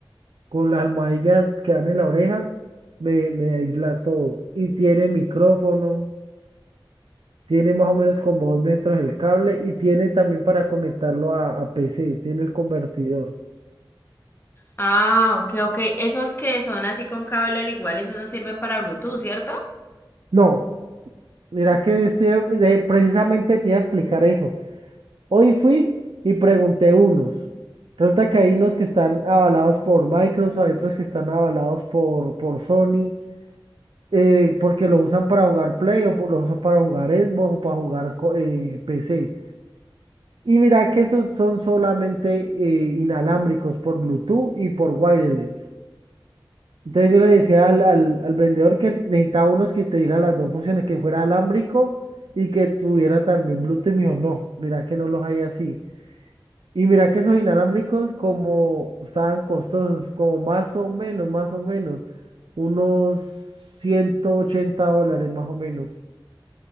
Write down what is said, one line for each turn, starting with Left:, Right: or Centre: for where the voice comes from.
Right: con las almohadillas que dan en la oreja, me, me aísla todo. Y tiene micrófono. Tiene más o menos como dos metros el cable y tiene también para conectarlo a, a PC, tiene el convertidor.
Left: Ah, ok, ok. Esos que son así con cable, al igual, esos no sirven para Bluetooth, ¿cierto?
Right: No, mira que estoy, de- precisamente te iba a explicar eso. Hoy fui y pregunté unos. Resulta que hay unos que están avalados por Microsoft, hay otros que están avalados por, por Sony, eh, porque los usan para jugar Play o por- los usan para jugar Xbox o para jugar co- eh, PC. Y mira que esos son solamente eh, inalámbricos por Bluetooth y por wireless. Entonces yo le decía al, al, al vendedor que si- necesitaba unos que te dieran las dos funciones, que fuera alámbrico y que tuviera también Bluetooth. Y me dijo, no, mira que no los hay así. Y mira que esos inalámbricos como estaban costosos, como más o menos, más o menos, unos 180 dólares más o menos.